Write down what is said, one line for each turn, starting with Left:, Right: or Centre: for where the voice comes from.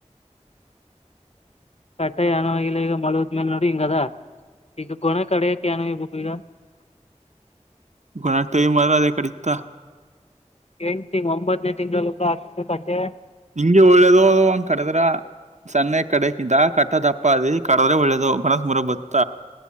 Left: ಕಟ್ಟೆ ಯಾನವಾಗಿಲ್ಲ ಈಗ ಮಳದ್ಮೇಲೆ ನೋಡಿ ಹಿಂಗದ <unintelligible> ಈಗ ಕೊನ ಕಡೆಕ್ಕೆನು ಇ ಬುಕ್ ಈಗ <unintelligible>
Right: ಗುಣತ ಮರ ಅದ ಕಡಿತ್ತ <unintelligible>
Left: ಎಂಟು ತಿಂಗ್ ಒಂಬತ್ತನೇ ತಿಂಗಳಲ್ಲ ಕೂಡ ಆಾಕ್ಬೇಕು ಅಜೆ
Right: ನಿಮಗೆ ಒಳ್ಳೇದು ಅದು ಒಂಗ್ ಕಡದ್ರ ಸನ್ನೆ ಕಡೆಗಿಂದ ಕಟ್ಟದಪ್ಪಾದಿ ಕಡದ್ರೆ ಒಳ್ಳೆದು ಮನಸ್ ಮರುಭುತ್ತ